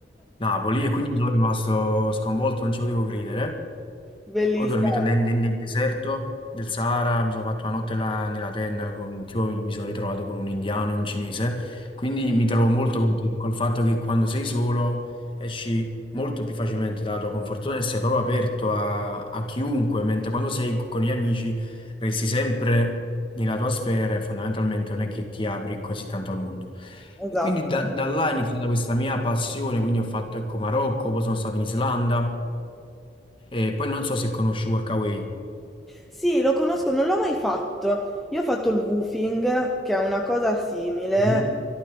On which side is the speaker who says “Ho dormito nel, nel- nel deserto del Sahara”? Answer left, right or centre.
Left